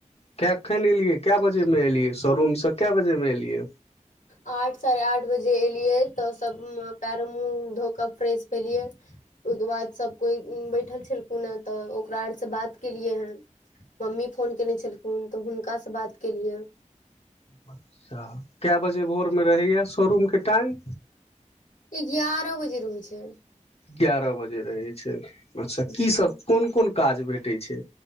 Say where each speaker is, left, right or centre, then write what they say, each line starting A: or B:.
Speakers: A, on the left (about 50°); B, on the left (about 80°).
A: कखन एलियै कए बजेमे एलियै सोरूमसँ कए बजेमे एलियै
B: आठ साढ़े आठ बजे एलियै तऽ सब पैरो मुँह धो फ्रेश भेलिये ओहिके बाद सब कोई बैठल छलखुन ह तऽ ओकरा आ से बात केलिए हें मम्मी फोन केयने छलखुन तऽ हुनकासँ बात केलियै
A: अच्छा मे रहैय शोरूमके टाइम
B: ई एगारह बजे रहै छै
A: एगारह बजे रहै छै अच्छा की
B: हूँ
A: सब कोन कोन काज भेटैत छै